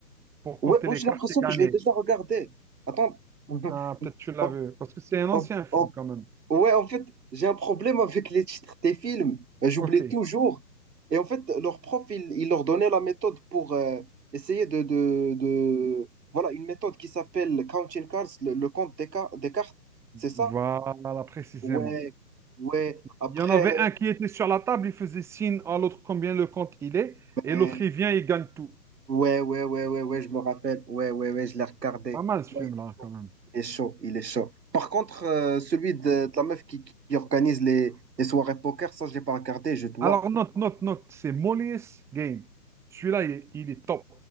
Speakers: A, in the centre; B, on the right.
A: pour
B: Ouais,
A: compter
B: ouais,
A: les
B: j'ai
A: cartes
B: l'impression
A: et gagner.
B: que je l'ai déjà regardé. Attends. <laughs>
A: Ah, peut-être tu l'as
B: En-
A: vu, parce que c'est un ancien
B: en-
A: film
B: en-
A: quand même.
B: Ouais, en fait, j'ai un problème avec les titres des films. Euh, J'oublie
A: Ok.
B: toujours. Et en fait, leur prof, il, il leur donnait la méthode pour euh, essayer de, de, de- Voilà, une méthode qui s'appelle Counting Cards, le, le compte des, car- des cartes. C'est ça?
A: Voilà, précisément.
B: Ouais. Ouais. Après.
A: Il y en avait un qui était sur la table, il faisait signe à l'autre combien le compte il est,
B: ben,
A: et l'autre il vient, il gagne tout.
B: Ouais, ouais, ouais, ouais, ouais, je me rappelle. Ouais, ouais, ouais, je l'ai regardé.
A: C'est Pas mal ce
B: Ouais,
A: film-là quand même.
B: il est chaud, il est chaud. il est chaud. Par contre, euh, celui de, de la meuf qui, qui organise les, les soirées poker, ça, je l'ai pas regardé, je dois.
A: Alors note, note, note, c'est Molly's Game. Celui-là, il, est il est top.